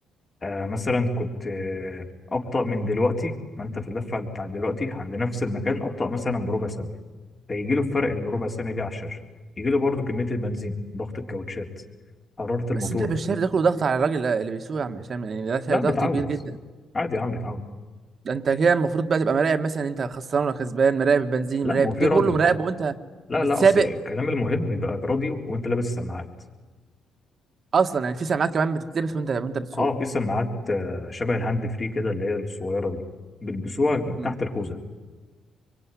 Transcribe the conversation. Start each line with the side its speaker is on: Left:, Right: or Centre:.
Left: آه مثلا كنت آه ابطا من دلوقتي ما انت في اللفه بتاعت دلوقتي عند نفس المكان ابطا مثلا بربع ثانيه فيجي له الفرق اللي ربع سنه دي على الشاشه يجي له برضه كميه البنزين ضغط الكاوتشات حراره
Right: بس
Left: الموتور
Right: انت مش شايف ده كله ضغط على الراجل اللي بيسوق يا عم هشام يعني ده شايف
Left: لا
Right: ضغط
Left: بتعود
Right: كبير جدا
Left: عادي يا عم بتعود
Right: ده انت كده المفروض بقى تبقى مراقب مثلا انت خسران ولا كسبان مراقب البنزين
Left: لا
Right: مراقب
Left: ما هو في
Right: ده
Left: راديو
Right: كله مراقب وانت
Left: لا
Right: بتسابق
Left: لا اصل الكلام المهم يبقى في راديو وانت لابس سماعات
Right: اصلا يعني في سماعات كمان بتتلبس وانت وانت بتسوق
Left: اه في سماعات آه، شبه الهاند فري كده اللي هي الصغيره دي بيلبسوها
Right: امم.
Left: تحت الخوذه